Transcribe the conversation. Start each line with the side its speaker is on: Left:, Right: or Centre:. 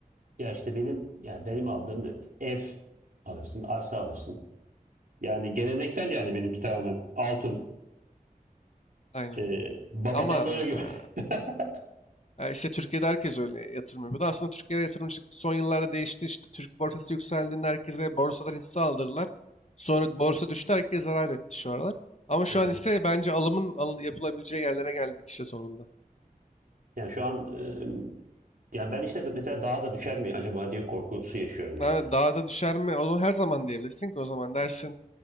Right: Ya işte benim yani benim aldığım ev alırsın, arsa alırsın. Yani geleneksel yani benimki tamamen altın.
Left: Aynen.
Right: Ee, babadan
Left: Ama e,
Right: böyle gör. <laughs>
Left: E, işte Türkiye'de herkes öyle yatırım yapıyordu. Aslında Türkiye'de yatırımcılık son yıllarda değişti. İşte Türk borsası yükseldiğinde herkese borsadan hisse aldırdılar. Sonra borsa düştü herkes zarar etti şu aralar. Ama şu
Right: Evet.
Left: an ise bence alımın alın- yapılabileceği yerlere geldik işte sonunda.
Right: Yani şu an e, yani ben işte de mesela daha da düşer mi acaba diye korkusu yaşıyorum yani.
Left: Yani daha da düşer mi? Onu her zaman diyebilirsin ki o zaman dersin